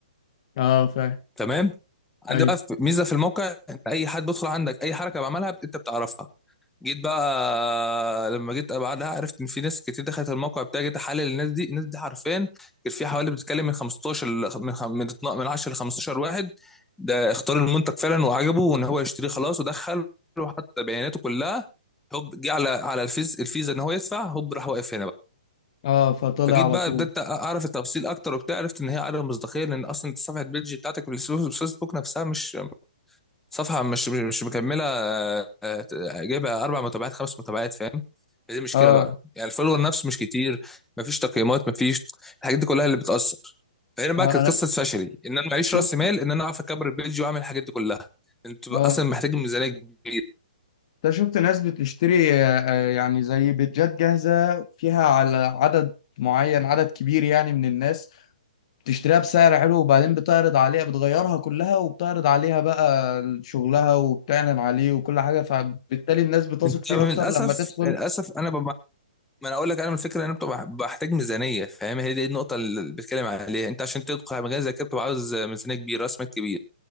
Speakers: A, on the left; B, in the centre.
A: اه فاهم
B: تمام
A: ايوه
B: عندي بقى ميزه في الموقع ان اي حد بيدخل عندك اي حركه بعملها انت بتعرفها جيت بقى لما جيت بعدها عرفت ان في ناس كتير دخلت الموقع بتاعي جيت احلل الناس دي الناس دي حرفيا كان في حوالي بتتكلم من 15 ل- من خم- من 12 من 10 ل 15 واحد ده اختار المنتج فعلا وعجبه وان هو يشتريه خلاص ودخل وحط بياناته كلها هوب جه على على الفيز الفيزا ان هو يدفع هوب راح واقف هنا بقى
A: اه فطلع
B: فجيت
A: على
B: بقى
A: طول
B: بدات اعرف التفاصيل اكتر وبتاع عرفت ان هي عدم مصداقيه لان اصلا صفحه البيج بتاعتك في الفيسبوك نفسها مش صفحه مش مش مكمله آه، آه، جايبه اربع متابعات خمس متابعات فاهم دي مشكله
A: اه
B: بقى يعني الفولور نفسه مش كتير مفيش تقييمات مفيش الحاجات دي كلها اللي بتاثر فهنا بقى
A: انا
B: كانت قصه فشلي ان انا
A: شفت
B: معيش راس مال ان انا اعرف اكبر البيج واعمل الحاجات دي كلها انت بقى
A: اه
B: اصلا محتاج ميزانيه كبيره
A: انت شفت ناس بتشتري آه، آه، يعني زي بيتجات جاهزة فيها على عدد معين عدد كبير يعني من الناس بتشتريها بسعر حلو وبعدين بتعرض عليها بتغيرها كلها وبتعرض عليها بقى شغلها وبتعلن عليه وكل حاجة فبالتالي الناس بتثق
B: انت
A: فيه
B: من
A: أكتر
B: الاسف
A: لما تدخل
B: للاسف انا بب... ما انا اقول لك انا من الفكره ان انا بتبقى بحتاج ميزانيه فاهم هي دي النقطه اللي بتكلم عليها انت عشان تدخل على مجال زي كده بتبقى عاوز ميزانيه كبيره راس مال كبير